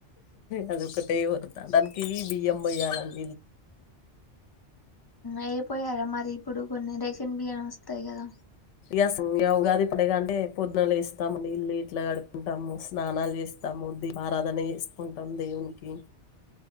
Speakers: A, on the left; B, on the left.
A: అద ఒక టే వరతా తానికి బియ్యంమయ్యాలల్
B: అయిపోయా మరి ఇప్పుడు కొన్ని రేషన్ బియ్యం వస్తాయి కదా
A: ఎస్ వ ఉగాది ఇప్పుడే కా అండి పొద్దునలేస్తే వస్తామ ఇల్లు ఇట్లా కడుకుంటాము స్నానాలు చేస్తాము దీప ఆరాధన చేసుకుంటాము దేవునికి